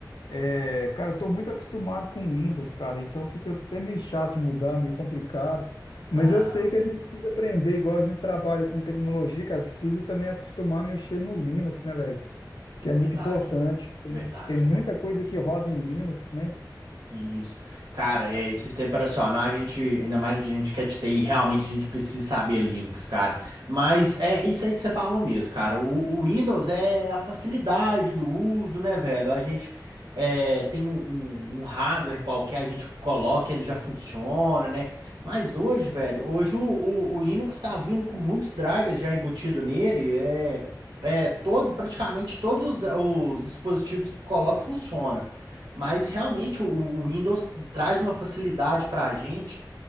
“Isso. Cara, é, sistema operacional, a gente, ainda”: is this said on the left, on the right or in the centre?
Right